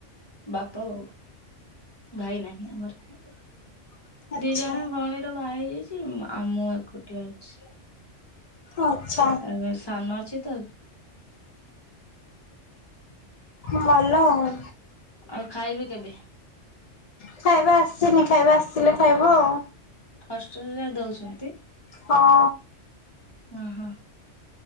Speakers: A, on the left; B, on the left.
A: ବାପା ବୋଉ। ଭାଇ ନାହିଁ ଆମର।
B: ଆଚ୍ଛା
A: ଦି ଜଣ ଭଉଣୀର ବାହା ହେଇଯାଇଛି ଆମଁ ଏକୁଟିଆ ଅଛି।
B: ଆଚ୍ଛା।
A: ଏବେ ସାନ ଅଛି ତ
B: ମଲ ଆଉ।
A: ଆଉ ଖାଇବି କେବେ?
B: ଖାଇବା ଆସିନି ଖାଇବା ଆସିିଲେ ଖାଇବୁ ଆଉ।
A: ହଷ୍ଟେଲରେ ଦଉଛନ୍ତି?
B: ହଁ।
A: ଓ ହୋ।